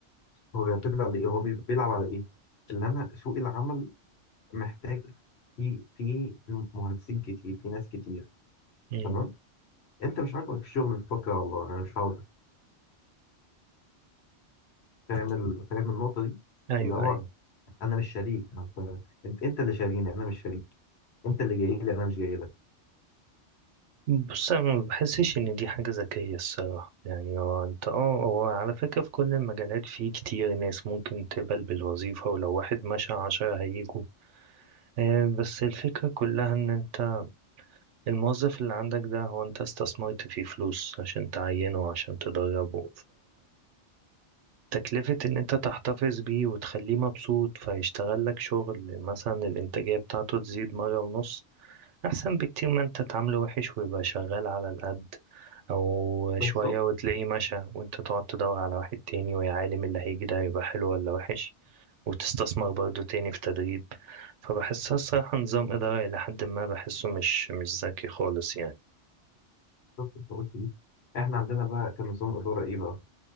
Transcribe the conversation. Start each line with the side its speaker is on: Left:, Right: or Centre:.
Left: هو بيعتمد على ايه هو بي- بيلعب على ايه اللي انا سوق العمل محتاج في في مهندسين كتير في ناس كتير
Right: مم.
Left: تمام انت مش عاجبك في الشغل الفتره والله انا مش عاوز فاهم ال... فاهم النقطه دي
Right: ايوه
Left: اللي هو
Right: ايوه
Left: انا مش شريك انت انت, انت اللي شاريني انا مش شريك انت اللي جاي لي انا مش جاي لك
Right: بص انا ما بحسش ان دي حاجة ذكية الصراحة يعني هو انت اه هو على فكرة في كل المجالات في كتير ناس ممكن تقبل بالوظيفة ولو واحد مشى عشرة هيجوا آه، بس الفكرة كلها ان انت الموظف اللي عندك ده هو انت استثمرت فيه فلوس عشان تعينه عشان تدربه تكلفة إن أنت تحتفظ بيه وتخليه مبسوط فيشتغل لك شغل مثلا الإنتاجية بتاعته تزيد مرة ونص أحسن بكتير ما أنت تعامله وحش ويبقى شغال على القد أو شوية
Left: بالظبط
Right: وتلاقيه مشى وأنت تقعد تدور على واحد تاني ويا عالم اللي هيجي ده هيبقى حلو ولا وحش وتستثمر برضه تاني في تدريب فبحسها الصراحة نظام إدارة إلى حد ما بحسه مش مش ذكي خالص
Left: بالظبط انت قلت ايه احنا عندنا بقى كان نظام اداره ايه بقى